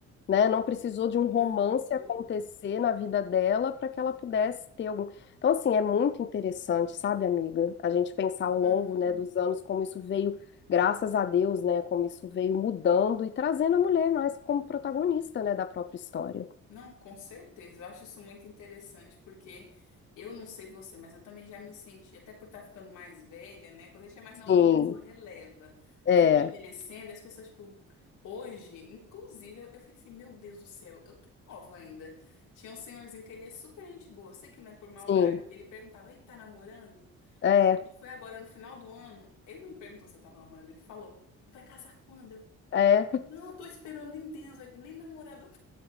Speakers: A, on the left; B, on the left.
A: né? Não precisou de um romance
B: Uhum.
A: acontecer na vida dela para que ela pudesse ter algum. Então, assim, é muito interessante, sabe, amiga? A gente pensar ao longo,
B: Uhum.
A: né, dos anos como isso veio, graças a Deus, né, como isso veio mudando e trazendo a mulher mais como protagonista, né, da própria história.
B: Não, com certeza. Eu acho isso muito interessante porque eu não sei você, mas eu também já me senti, até por estar ficando mais velha, né? Quando a gente é mais
A: Sim,
B: novinho, a pessoa releva.
A: é,
B: Mas me envelhecendo, as pessoas, tipo, hoje, inclusive, eu, eu falei assim, meu Deus do céu, eu tô nova ainda. Tinha um senhorzinho que ele é super gente boa, eu sei que não é por maldade.
A: sim,
B: Ele perguntava, ei, tá namorando?
A: é,
B: Aí quando foi agora, no final do ano, ele não me perguntou se eu tava namorando, ele falou, vai casar quando? Eu,
A: é.
B: não, eu tô esperando em Deus, aí, nem namorado eu